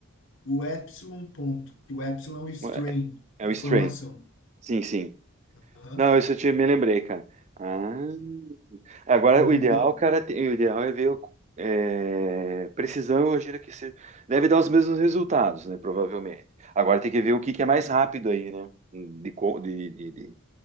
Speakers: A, on the left (about 60°); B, on the right (about 30°).
A: o epsilon ponto, que o epsilon é o strain,
B: É é
A: deformação.
B: o Stray. Sim, sim.
A: Aham,
B: Não, isso eu te, me lembrei, cara. Ah, agora
A: Entendeu?
B: o ideal, cara, te- o ideal é ver o- é, precisão, eu imagino que se, deve dar os mesmos resultados, né? Provavelmente. Agora tem que ver o que, que é mais rápido aí, né? De, co- de, de- de-